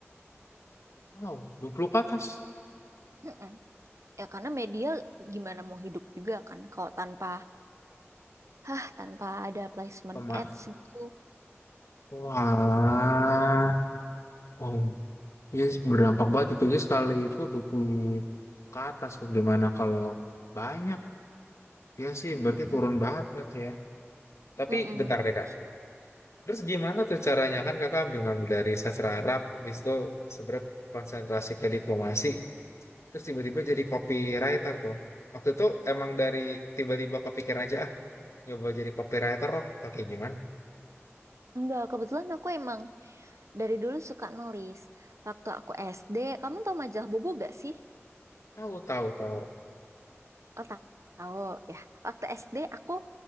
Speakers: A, on the left; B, on the right.
A: Wow. 20 ke atas.
B: Mm-mm. Ya karena media gimana mau hidup juga kan kalau tanpa hah tanpa ada placement
A: Pema-
B: ads gitu.
A: Wah. Wow. Iya sih, berdampak banget itu aja sekali itu 20 ke atas bagaimana kalau banyak. Iya sih
B: Mm-mm.
A: berarti turun banget berarti ya. Tapi
B: Mm-mm,
A: bentar deh
B: itu
A: Kak.
B: sih.
A: Terus gimana tuh caranya kan Kakak ambil ngambil dari sastra Arab, habis itu sebenarnya konsentrasi ke diplomasi. Terus tiba-tiba jadi copywriter tuh. Waktu itu emang dari tiba-tiba kepikiran aja ah nyoba jadi copywriter lah atau kayak gimana.
B: Enggak, kebetulan aku emang dari dulu suka nulis. Waktu aku SD, kamu tahu majalah Bobo gak sih?
A: Tahu tahu tahu.
B: Oh, ta- tahu ya. Waktu SD aku